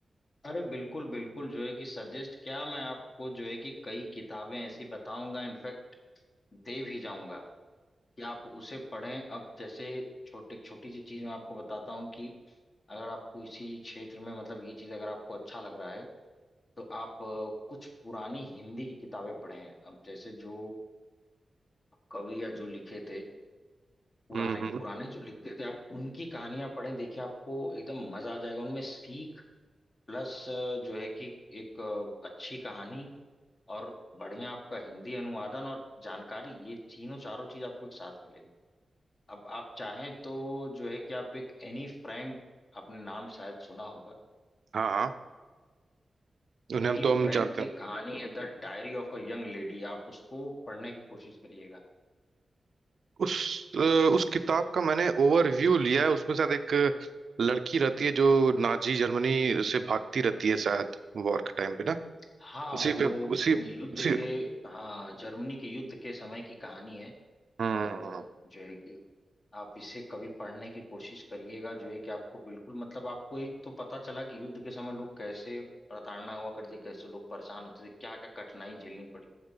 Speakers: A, on the left; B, on the right.
A: अरे बिल्कुल बिल्कुल जो है कि सजेस्ट क्या मैं आपको जो है कि कई किताबें ऐसी बताऊंगा इनफैक्ट दे भी जाऊंगा कि आप उसे पढ़ें अब जैसे छोटे छोटी सी चीज मैं आपको बताता हूँ कि अगर आपको इसी क्षेत्र में मतलब ये चीज अगर आपको अच्छा लग रहा है तो आप अ, कुछ पुरानी हिंदी की किताबें पढ़ें अब जैसे जो कवि या जो लिखे थे पुराने
B: हम्म हम्म
A: पुराने जो लिखते थे आप उनकी कहानियां पढ़ें देखिए आपको एकदम मजा आ जाएगा उनमें सीख प्लस जो है कि एक अ, अच्छी कहानी और बढ़िया आपका हिंदी अनुवादन और जानकारी ये तीनों चारों चीज आपको एक साथ मिलेंगी अब आप चाहें तो जो है कि आप एक एनी फ्रैंक आपने नाम शायद सुना होगा
B: हाँ हाँ उन्हें
A: एनी
B: हम तो हम
A: फ्रैंक
B: जानते
A: की
B: हैं
A: कहानी है the diary of a young lady आप उसको पढ़ने की कोशिश करिएगा
B: उस अ, उस किताब का मैंने ओवरव्यू लिया है उसमें शायद एक लड़की रहती है जो नाजी जर्मनी से भागती रहती है शायद वॉर के टाइम पे ना
A: हाँ
B: उसी
A: वो
B: पे उसी
A: युद्ध
B: उसी
A: के हाँ जर्मनी के युद्ध के समय की कहानी है
B: हम्म
A: और जो है कि आप इसे कभी पढ़ने की कोशिश करिएगा जो है कि आपको बिल्कुल मतलब आपको एक तो पता चला कि युद्ध के समय लोग कैसे प्रताड़ना हुआ करते कैसे लोग परेशान होते थे क्या क्या कठिनाई झेलनी पड़ी